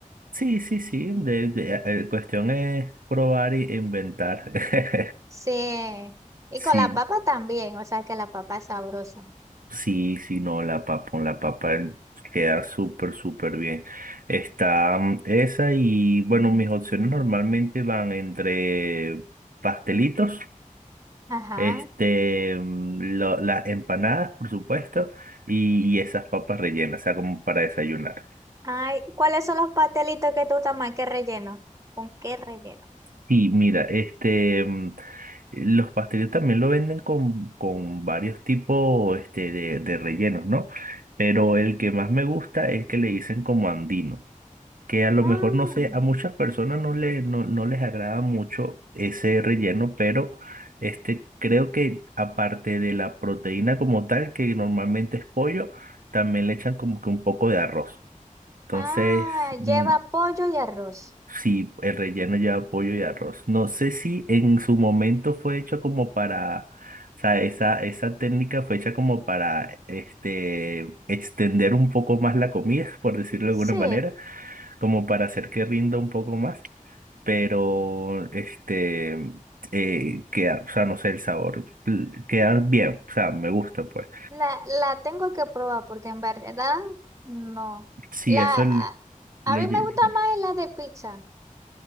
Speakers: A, on the right; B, on the right.
A: Sí, sí, sí. De, de- eh, cuestión es probar e inventar. <laughs>
B: Sí. Y
A: Sí.
B: con la papa también, o sea que la papa es sabrosa.
A: Sí, sí, no, la papa, con la papa queda súper, súper bien. Está mm, esa y bueno, mis opciones normalmente van entre pastelitos,
B: Ajá.
A: este, mm, lo- las empanadas, por supuesto, y, y esas papas rellenas, o sea, como para desayunar.
B: Ay, ¿y ¿cuáles son los pastelitos que te gustan más? ¿Qué relleno? ¿Con qué relleno?
A: Y mira, este, mm, los pastelitos también lo venden con, con varios tipos, este, de, de rellenos, ¿no? Pero el que más me gusta es el que le dicen como andino. que a lo
B: Ah,
A: mejor no sé, a muchas personas no, le, no, no les agrada mucho ese relleno, pero este, creo que aparte de la proteína como tal, que normalmente es pollo, también le echan como que un poco de arroz. Entonces,
B: ah,
A: mm,
B: lleva pollo y arroz.
A: sí, el relleno lleva pollo y arroz. No sé si en su momento fue hecho como para... O sea, esa, esa técnica fue hecha como para este, extender un poco más la comida, <laughs> por decirlo de
B: Sí,
A: alguna manera como para hacer que rinda un poco más, pero este, eh, queda, o sea, no sé, el sabor l- queda bien, o sea, me gusta, pues.
B: la, la tengo que probar porque en verdad no.
A: Sí,
B: La,
A: eso
B: a,
A: le,
B: a
A: le
B: mí me
A: lle-
B: gusta más la de pizza.